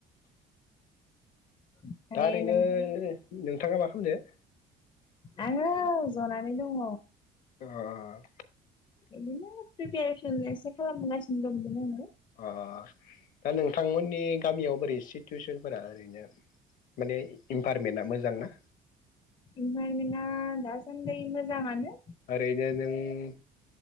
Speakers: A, on the left; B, on the left.
A: ओमफ्राय
B: दा ओरैनो
A: नोंथां
B: नोंथाङा मा खालामदों?
A: आङो औ जनानै दङ।
B: अह!
A: बिदिनो प्रिपेरेसन एसे खालामगासिनो दंमोन आङो।
B: अह दा नोंथांमोननि गामियाव बोरै सिटुवेसनफोरा ओरैनो माने इनभारमेन्टआ मोजां ना?
A: इनभारमेन्टआ दा साननैसो मोजां आनो।
B: ओरैनो नों